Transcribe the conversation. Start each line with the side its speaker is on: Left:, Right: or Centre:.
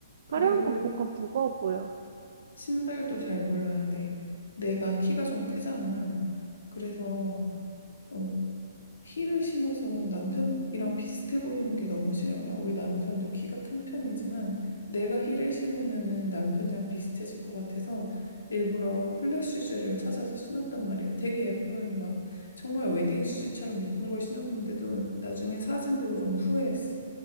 Left: 그리고
Right: 화려한 건 뭔가 무거워 보여.
Left: 신발도 잘 골라야 돼. 내가 키가 좀 크잖아. 그래서 어, 힐을 신어서 남편이랑 비슷해 보이는 게 너무 싫은 거야. 우리 남편도 키가 큰 편이지만 내가 힐을 신으면은 남편이랑 비슷해질 것 같아서 일부러 플랫 슈즈를 찾아서 신었단 말이야. 되게 예쁜 막 정말 웨딩 슈즈처럼 예쁜 걸 신었는데도 나중에 사진 보고 좀 후회했어.